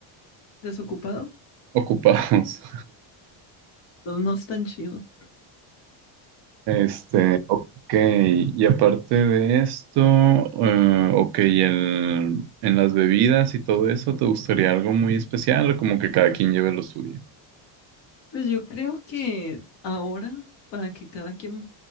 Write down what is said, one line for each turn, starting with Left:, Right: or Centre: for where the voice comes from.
Left: Desocupado,
Right: Ocupados. <laughs>
Left: pues, no es tan chido.
Right: Este,
Left: Pe-
Right: ok, y aparte de esto, eh, ok, y el, en las bebidas y todo eso, ¿te gustaría algo muy especial o como que cada quien lleve lo suyo?
Left: Pues yo creo que ahora, para que cada quien,